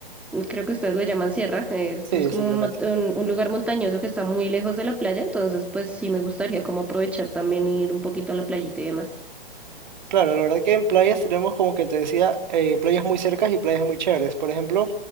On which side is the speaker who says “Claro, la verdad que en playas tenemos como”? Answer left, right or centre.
Right